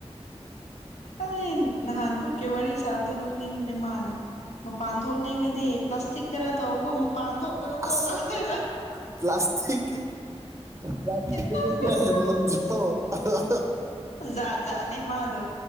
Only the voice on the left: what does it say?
ꯑꯩ ꯅꯍꯥꯟ ꯕꯨꯨꯠꯀꯤ ꯋꯥꯔꯤ ꯁꯥꯕꯗ‌ꯣ ꯅꯣꯛꯅꯤꯡꯕꯅꯦ ꯃꯥꯟ ꯃꯄꯥꯟ ꯊꯣꯛꯅꯤꯡꯉꯥꯗꯤ ꯄ꯭ꯂꯥꯁꯇꯤꯛꯇꯔ ꯇꯧꯀꯣ ꯃꯄꯥꯟ ꯊꯣꯛꯀꯅꯨꯀꯣ
ꯒ ꯍꯥꯏꯔ
ꯅꯣꯛꯅꯤꯡꯕꯅꯦ
ꯖꯥꯠ ꯖꯥꯠꯅꯦ ꯃꯥꯗꯣ